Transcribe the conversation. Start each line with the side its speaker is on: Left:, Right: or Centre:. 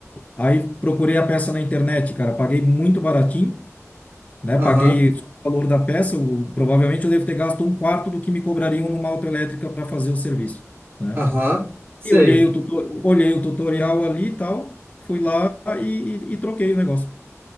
Left: Aí procurei a peça na internet, cara, paguei muito baratinho, né?
Right: Aham,
Left: Paguei só o valor da peça, o- provavelmente eu devo ter gasto um quarto do que me cobrariam numa autoelétrica para fazer o serviço. né?
Right: aham, sei.
Left: E olhei o tuto- olhei o tutorial ali e tal, fui lá e, e- e troquei o negócio.